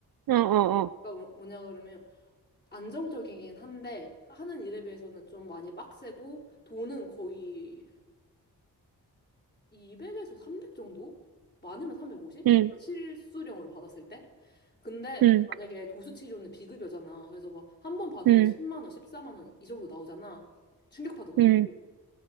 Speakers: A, on the right; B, on the left.
A: 어, 어, 어.
B: 그러니까 뭐- 뭐냐 그러면 안정적이긴 한데 하는 일에 비해서는 좀 많이 빡세고 돈은 거의 200에서 300 정도? 많으면 350?
A: 응,
B: 그러니까 실수령으로 받았을 때? 근데
A: 응,
B: 만약에 도수치료는 비급여잖아. 그래서 막 한 번 받으면
A: 응,
B: 10만 원, 14만 원 이 정도 나오잖아. 충격파도 그렇고.
A: 응,